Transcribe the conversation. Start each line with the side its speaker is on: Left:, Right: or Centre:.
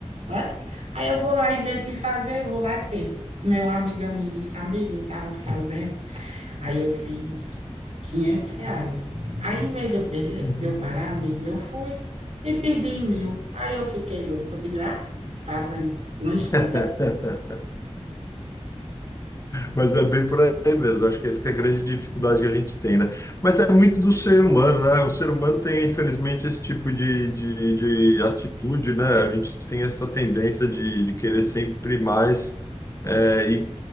Right: né? Aí eu vou lá, invento de fazer, eu vou lá e perco. Que nem uma amiga minha disse, amiga, eu tava fazendo Aí eu fiz 500 reais. Aí, em vez de eu, perder,
Left: Uhum.
Right: de eu parar, amigo, eu fui e perdi mil. Aí eu fiquei louco. Eu digo, ah, tá vendo? Não escuta?
Left: <laughs> Mas é bem por aí mesmo. Acho que essa que é a grande dificuldade que a gente tem, né? Mas é muito do ser humano, né? O ser humano tem, infelizmente, esse tipo de, de, de atitude, né? A gente tem essa tendência de, de querer sempre mais é, e,